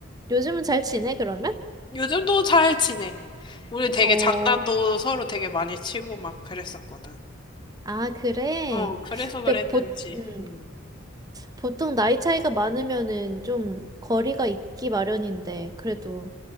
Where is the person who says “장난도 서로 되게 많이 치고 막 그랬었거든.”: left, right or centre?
Left